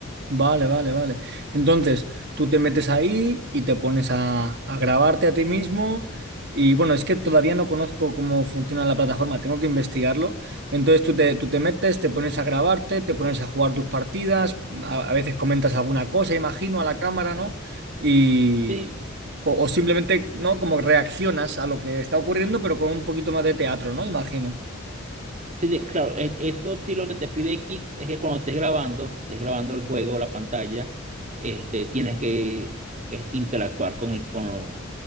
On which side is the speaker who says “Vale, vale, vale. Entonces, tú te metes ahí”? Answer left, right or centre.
Right